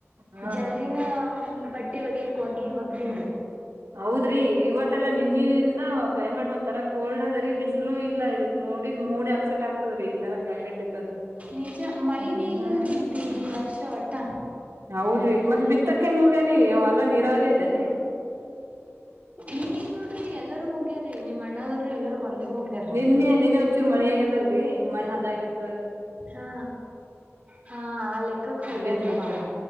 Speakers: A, on the right; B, on the right.
A: ಹಾ
B: ಜಲ್ದಿನ ಬಟ್ಟೆ ಒಗ್ ಒಗಿ ಒಗ್್ದಿನ್ೀ <unintelligible>
A: ಹೌದ್ರಿ ಇವತ್ತಲ್ಲಾ ನಿನ್ನಿಂದ ಕ್ಲೈಮೇಟ್ ಒಂದ ತರಾ ಕೋಲ್ಡ್ ಅದ ರೀ ಬಿಸಿ ಇಲ್ಲ ಇದಕ್ ಮೂಡಗ್ ಮೂಡಿ ಅಪ್ಸೆಟ್ ಆಗ್ತದ್ರೀ ಈ ತರ ಕ್ಲೈಮೇಟ್ ಇತ್ತಂದ್ರ
B: ನಿಜ ಮಳಿನೇ
A: ಹ್ಮ ಹ್ಮ್
B: ಇಲ್ಲಲ್ರಿ ಈ ತಿಂಗ್ ಈ ವರ್ಷ ಒಟ್ಟ
A: ಹೌದ್ರಿ ಮತ್ತೆ ಬಿತ್ತಕ್ಕ ಹೆಂಗ ಹೋಗ್ಯರಿೀ ಎಲ್ಲ ನೀರಾವರಿ ಅದೇನ್ರಿ
B: ನೀನ್ನ್ ನೋಡ್ರಿ ಎಲ್ಲರೂ ಹೋಗ್ಯಾರೀ ನಿಮ್ಮ್ ಅಣ್ಣವ್ರು ಎಲ್ಲರೂ ಅಲ್ಲೇ ಹೋಗ್ಯಾರ್ರಿ
A: ನಿನ್ನೆ ನಿನ್ನೆ ಒಂಚೂರು ಮಳಿ ಆಗ್ಯದಲ್ರರಿ ಮಣ್ಣ ಅದಾಗಿರರಿ
B: ಹಾ ಹಾ ಆ ಲೆಕ್ಕಕ್
A: ಅದ್
B: ಹೋಗ್ಯಾರಿ
A: ಬಿತ್ ಬರ್ತಾರ
B: ಪಾಪ